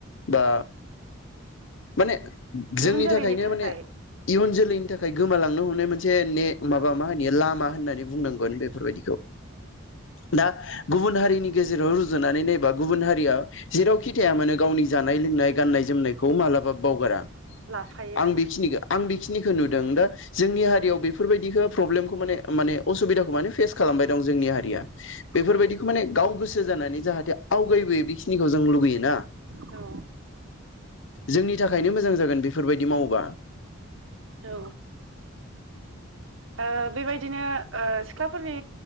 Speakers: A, on the left; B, on the right.
A: बा माने जोंनि
B: इयुन जोलैनि
A: थाखायनो
B: थाखाय
A: माने इयुन जोलैनि थाखाय गोमालांनो हनाय मोन से ने
B: औ
A: माबा मा होनो लामा होननानै बुंनांगोन बेफोरबायदिखौ दा गुबुन हारिनि गेजेराव रुजुनानै नायबा गुबुन हारिया जेरावखि थाया मानो गावनि जानाय लोंनाय गाननाय जोमनायखौ मालाबा बावगारा
B: लाफायो
A: आं बेखिनिखौ आं बेखिनि नुदों दा जोंनि हारियाव बेफोरबायदिखौ फ्रब्लेमखौ माने माने असुबिदाखौ मानो फेस खालामबाय दं जोंनि हारिया बेफोरबायदिखौ
B: औ
A: माने गाव गोसो जानानै जाहाथे आवगायबोयो बेखिनिखौ जों लुुगैयोना
B: औ
A: जोंनि थाखाय थाखायनो मोजां जागोन बेफोरबायदि मावोबा
B: औ ओ बेबायदिनो ओ सिख्लाफोरनि